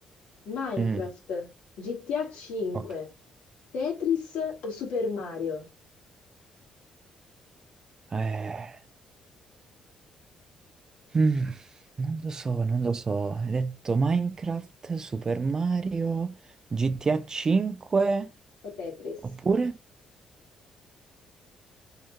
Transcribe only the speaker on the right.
Mm,
ok.
Eh. Mm, non lo so, non lo so. Hai detto Minecraft, Super Mario, GTA 5
oppure?